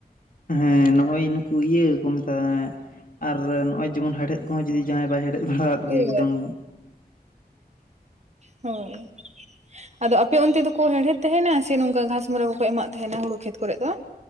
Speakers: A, on the left; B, on the right.
A: ᱦᱮᱸ ᱱᱚᱜ-ᱚᱭ ᱱᱩᱠᱩ ᱤᱭᱟᱹ ᱠᱚ ᱢᱮᱛᱟᱜ-ᱟ, ᱟᱨ ᱱᱚᱜ-ᱚᱭ ᱡᱮᱢᱚᱱ ᱦᱮᱲᱦᱮᱫ ᱠᱚᱦᱚᱸ ᱡᱩᱫᱤ ᱡᱟᱦᱟᱸᱭ ᱵᱟᱭ ᱦᱮᱲᱦᱮᱫ ᱵᱟᱲᱟᱣᱟᱫ
B: ᱦᱳᱭ
A: ᱜᱮ ᱮᱠᱫᱚᱢ
B: ᱦᱳᱭ ᱟᱫᱚ ᱟᱯᱮ ᱚᱱᱛᱮ ᱫᱚᱠᱚ ᱦᱮᱲᱦᱮᱫ ᱛᱟᱦᱮᱱᱟ ᱥᱮ ᱱᱚᱝᱠᱟ ᱜᱷᱟᱥᱢᱚᱨᱟ ᱠᱚᱠᱚ ᱮᱢᱟᱜ ᱛᱟᱦᱮᱱᱟ ᱦᱩᱲᱩ ᱠᱷᱮᱛ ᱠᱚᱨᱮᱜ ᱫᱚ?